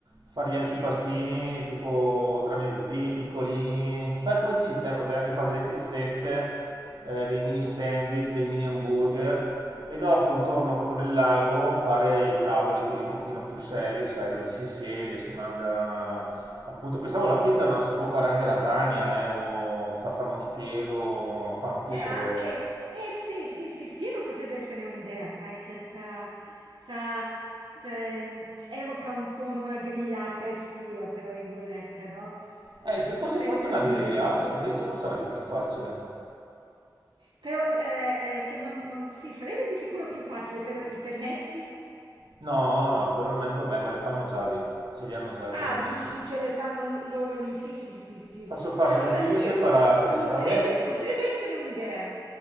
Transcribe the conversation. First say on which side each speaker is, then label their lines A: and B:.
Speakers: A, on the right (about 70°); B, on the right (about 85°).
A: fare gli
B: Ok.
A: antipastini, tipo tramezzini piccolini, fai come dici te, potrei anche fare delle pizzette, eh, dei mini sandwich, dei mini hamburger, e dopo intorno proprio nel lago fare i tavoli, quelli un pochino più seri, sai, dove ci si siede, si mangia... Appunto, pensavo la pizza, ma si può fare anche lasagna, eh, o far fare uno spiedo, fanno tutto
B: E anche
A: loro. eh.
B: eh sì, sì, sì, Spiro potrebbe essere un'idea, sai, cioè, c'ha- sa- cioè, mh, evoca un po' no, una grigliata estiva, tra virgolette, no?
A: Eh, se fosse
B: Potrebbe
A: proprio
B: essere
A: una
B: un'idea.
A: grigliata invece non sarebbe più facile.
B: Però, eh, eh, cioè, non, non- sì, sarebbe di sicuro più facile, però i permessi?
A: No, no, quello non è un problema, le fanno già lì, ce li hanno già i
B: Ah,
A: permessi.
B: dici che le fanno lo- loro lì, sì, sì, sì, sì.
A: Faccio fare
B: Ah,
A: due
B: Allora
A: griglie
B: sì,
A: separate,
B: po- potrebbe,
A: da una...
B: potrebbe essere un'idea.